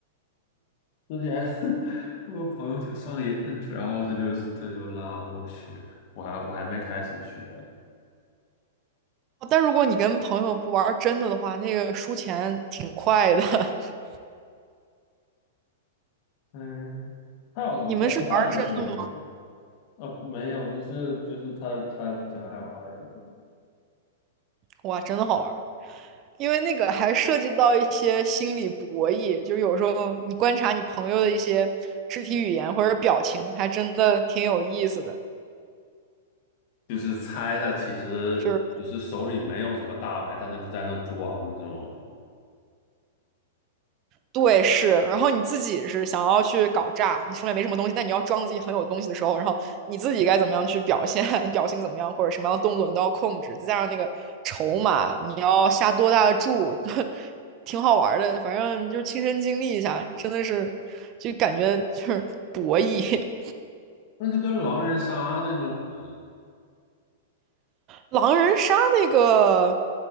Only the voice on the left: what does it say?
之前 <laughs> 我朋友挺上瘾，然后他就他就拉着我学，我还我还没开始学。
嗯，他有什么掼蛋你会吗？
啊，没有，就是就是他他挺爱玩儿的。
就是猜他其实就是手里没有什么大牌，
但他就在那装这种，
那就跟狼人杀那种的，